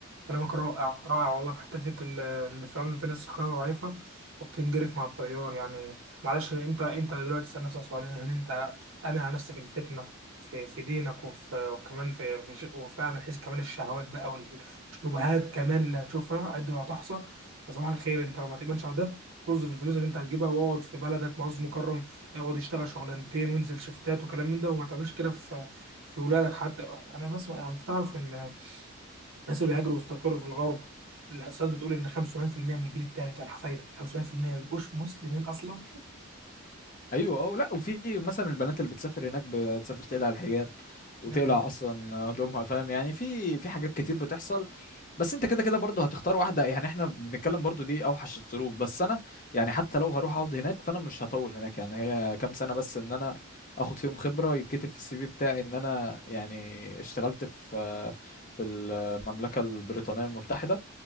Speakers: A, on the right (about 65°); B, on the left (about 40°).
A: كلامك رائع رائع والله في حتة دي ال- إن فعلا في ناس خيارها ضعيفة وبتنجرف مع التيار يعني معلش أنت أنت دلوقتي تسأل نفسك سؤالين هل أنت آمن على نفسك الفتنة في في دينك وفي وكمان في في ش- وفاهم من حيث كمان الشهوات بقى وال- والشبهات كمان اللي هتشوفها عد ولا تحصى فصباح الخير أنت لو ما تؤمنش على ده توظف الفلوس اللي أنت هتجيبها واقعد في بلدك معز مكرم اقعد اشتغل شغلانتين وانزل شفتات وكلام من ده وما تعملش كده في في ولادك حتى أنا بسمع يعني أنت تعرف إن الناس اللي بيهاجروا ويستقروا في الغرب الإحصائيات بتقول إن 75% من الجيل الثالث يعني حفايدك 75% ما بيبقوش مسلمين أصلا
B: ايوه اه لا وفي مثلا البنات اللي بتسافر هناك بتسافر تقلع الحجاب وتقلع
A: <laughs> ده غريب
B: اصلا هدومها فاهم يعني في في حاجات كتير بتحصل بس انت كده كده برضه هتختار واحده يعني احنا بنتكلم برضه دي اوحش الظروف بس انا يعني حتى لو هروح اقعد هناك فانا مش هطول هناك يعني هي كام سنه بس ان انا اخد فيهم خبره يتكتب في السي في بتاعي ان انا يعني اشتغلت في في المملكه البريطانيه المتحده